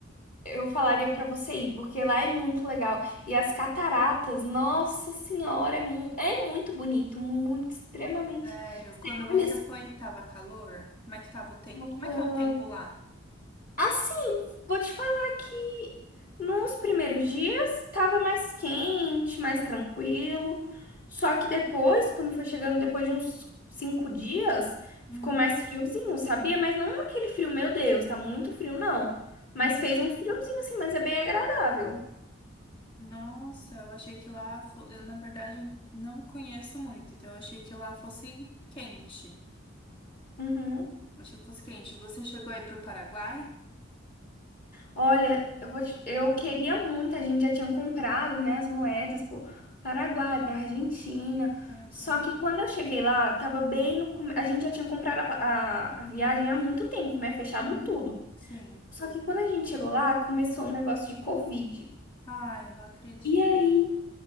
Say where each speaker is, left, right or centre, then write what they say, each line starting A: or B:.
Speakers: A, on the left; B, on the left.
A: eu falaria pra você ir, porque lá é muito legal. E as cataratas, nossa senhora, é, mu- é muito bonito, muito extremamente.
B: Sério,
A: Você
B: quando você
A: olha
B: foi, tava calor? Como é que tava o tempo?
A: assim,
B: Como é que é o tempo lá?
A: Assim, vou te falar que nos primeiros dias tava mais quente, mais tranquilo. Só que depois, quando foi chegando depois de uns cinco dias,
B: Hum.
A: ficou mais friozinho, sabia? Mas não aquele frio, meu Deus, tá muito frio, não. Mas
B: hum.
A: fez um friozinho assim, mas é bem agradável.
B: Nossa, eu achei que lá, fo- eu, na verdade, eu não conheço muito, então eu achei que lá fosse quente.
A: Uhum.
B: Eu achei que fosse quente. Você chegou aí pro Paraguai?
A: Olha, eu vou te- eu queria muito, a gente já tinha comprado, né, as moedas pro Paraguai, pra Argentina.
B: Ai,
A: Só
B: que legal.
A: que quando eu cheguei lá, tava bem no come... a gente já tinha comprado a, pa- a, a viagem há muito tempo, né, fechado
B: Uhum.
A: tudo.
B: Sim.
A: Só que quando a gente chegou lá, começou um negócio de Covid.
B: Ai, eu não acredito.
A: E aí,